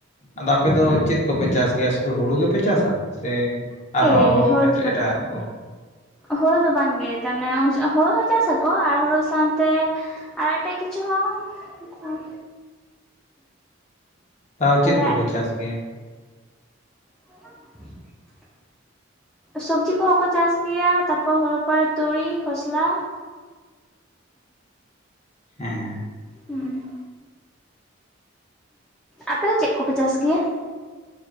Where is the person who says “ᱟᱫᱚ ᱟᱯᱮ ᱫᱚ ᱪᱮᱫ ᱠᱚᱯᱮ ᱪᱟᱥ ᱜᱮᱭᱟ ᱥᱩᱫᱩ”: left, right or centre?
Left